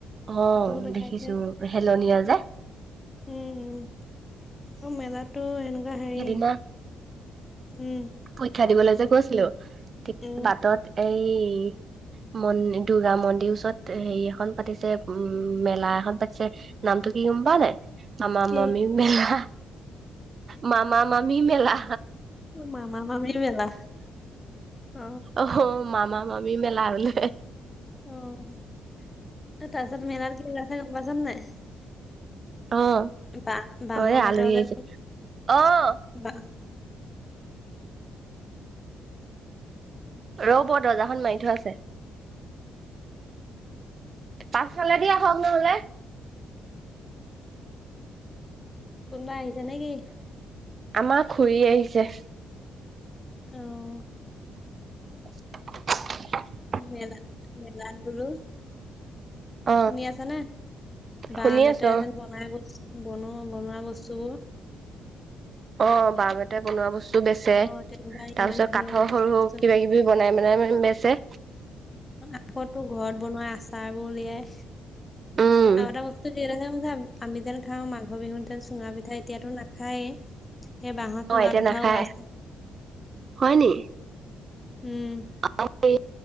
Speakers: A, on the right; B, on the left.
A: অঁ'
B: সেইটোও দেখাইছে
A: দেখিছো হেলনীয়া যে।
B: উম উম' আৰু মেলাতটো এনেকোৱা হেৰি-
A: সেইদিনা
B: উম'
A: পৰীক্ষা দিবলে যে গৈছিলো ঠিক
B: উম
A: বাটত এই- মন দুূৰ্গা মন্দিৰ ওচৰত হেৰি এখন পাতিছে উম মেলা এখন পাতিছে- নামটো কি গম পাও নাই? মামা
B: কি
A: মামি মেলা মামা মামি মেলা।
B: অ মামা মামি মেলা। অ
A: অহ' ও মামা মামি মেলা বোলে।
B: অঁ' ত তাৰপিছত মেলাত কি উলাইছে গম পাইছ নে নাই।
A: অঁ
B: বা বাঁহৰ
A: অ এ
B: বেতৰ
A: আলহী
B: যে
A: আহিছে। অঁ'
B: <unintelligible>
A: ৰব দৰজাখন মাৰি থোৱা আছে। পাছফালে দি আহক নহলে।
B: কোনোবাই আহিছে নেকি?
A: আমা খুৰি আহিছে।
B: অঁ'
A: <inaudible>
B: মেলা মেলাত গলো।
A: অ
B: শুনি আছ নে? বাঁহ
A: শুনি
B: বেটে
A: আছো
B: যেন বনাই গৈছে। বনোৱা বনোৱা বস্তুবোৰ
A: অ', বাঁহ বেতে বনোৱা বস্তু বেচে।
B: অ তেনেকুৱা
A: তাৰ
B: ইমান
A: পিছত
B: ধুনীয়া
A: কাঠৰ
B: বস্তু
A: সৰু
B: বস্তু
A: কিবা কিবি বনাই বনাই মানে বেচে
B: আকৌ তো ঘৰত বনোৱা আচাৰ বোৰ উলিয়াই
A: উম
B: আৰু এটা বস্তু আমি যেন খাওঁ মাঘৰ বিহুত যেন চুঙা পিঠা এতিয়াতো নাখায়েই। সেই বাঁহৰ চুঙা
A: অ এতিয়া
B: পিঠাও
A: নাখায়।
B: ওলাইছে।
A: হয় নি
B: উম
A: অ এই